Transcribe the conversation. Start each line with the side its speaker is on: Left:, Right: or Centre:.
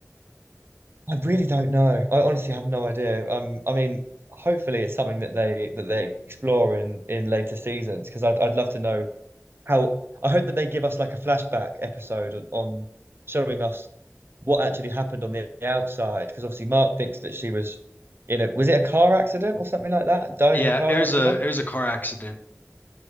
Right: I really don't know. I honestly have no idea. Um, I mean, hopefully it's something that they that they explore in in later seasons because I'd I'd love to know how I hope that they give us like a flashback episode on, on showing us what actually happened on the outside. Because obviously Mark thinks that she was in a was it a car accident or something like that? Died
Left: Yeah,
Right: in a car
Left: it was
Right: accident.
Left: a it was a car accident.